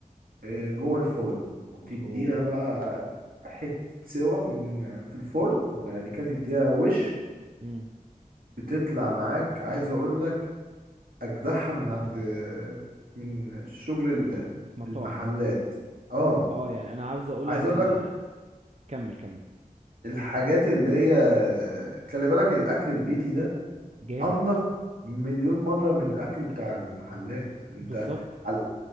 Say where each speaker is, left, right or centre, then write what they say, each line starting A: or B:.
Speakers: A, on the right (about 80°); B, on the right (about 50°).
A: آه، جوه الفرن وتديها
B: اوه
A: بقى حتة سوا من في الفرن وبعد كده تديها وش
B: امم
A: بتطلع معاك عايز اقول لك اجدعها من عند من شغل ال-
B: مطاعم
A: المحلات اه
B: اه يعني انا عاوز اقول
A: عايز
B: لك
A: اقول
B: انا
A: لك
B: كمل كمل
A: الحاجات اللي هي خلي بالك الاكل البيتي ده
B: جامد
A: انضف مليون مره من الاكل بتاع المحلات انت
B: بالظبط
A: على,